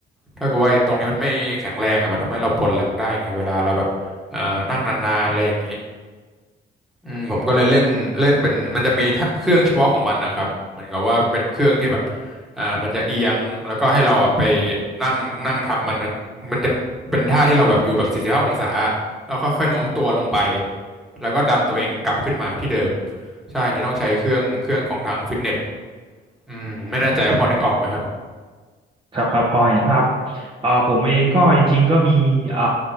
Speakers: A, in the centre; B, on the right.
A: ถ้าเกิดว่าไอ้ตรงนี้มันไม่แข็งแรงอะมันทำให้เราปวดหลังได้ไงเวลาเราแบบเอ่อนั่งนานๆอะไรอย่างนี้ อืมผมก็เลยเล่นเล่นเป็นมันจะมีถ้าเครื่องเฉพาะของมันนะครับเหมือนกับว่าเป็นเครื่องที่แบบอ่ามันจะเอียงแล้วก็ให้เราอ่ะไปนั่งนั่งทับมันนั้นมันจะเป็นท่าที่เราแบบอยู่แบบสี่สิบห้าองศาแล้วค่อยๆโน้มตัวลงไปแล้วก็ดันตัวเองกลับขึ้นมาที่เดิมใช่อันนี้ต้องใช้เครื่องเครื่องของทางฟิตเนสอืมไม่แน่ใจว่าพอนึกออกไหมครับ
B: ครับครับพอเห็นภาพเอ่อผมเองก็จริงๆก็มีเอ่อ